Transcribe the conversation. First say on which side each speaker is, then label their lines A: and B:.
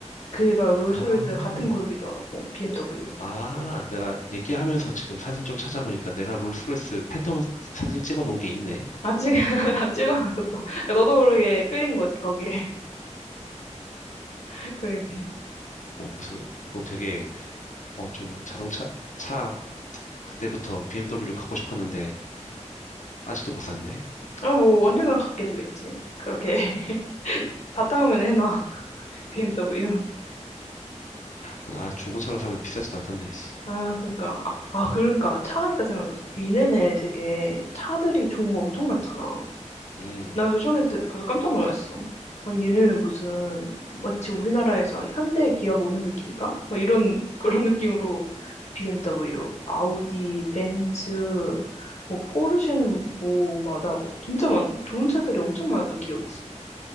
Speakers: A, on the left; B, on the left.
A: 그 애가 롤스로이스
B: 아.
A: 같은 그룹이더라고 BMW
B: 아, 내가 얘기하면서 지금 사진 좀 찾아보니까 내가 롤스로이스 팬텀 사진 찍어 놓은 게 있네.
A: 아찍 <laughs> 아직 너도 모르게 끌린 거지 거기에 <laughs> 그리고
B: 어, 그래서 이거 되게, 어, 좀 자동차, 차, 그때부터 BMW 갖고 싶었는데, 아직도 못 샀네.
A: 음아뭐 언젠간 갖게 되겠지 그렇게 <laughs> 바탕화면에 해놔 BMW
B: 아, 중고차로 사면 비싸지도 않던데, 씨.
A: 아 그러니까 아, 아 그러니까 차 하니까 생각났어 미네네 되게 차들이 좋은 거 엄청 많잖아
B: 음.
A: 나 그래서 처음에 드- 가서 깜짝 놀랐어. 아니, 얘네는 무슨 마치 우리나라에서 현대 기업 오는 느낌인가? 막 이런 <laughs> 그런 느낌으로 BMW, 아우디, 벤츠, 뭐 포르쉐는 뭐 마다하고 진짜 많 좋은 차들이 엄청 많았던 기억이 있어.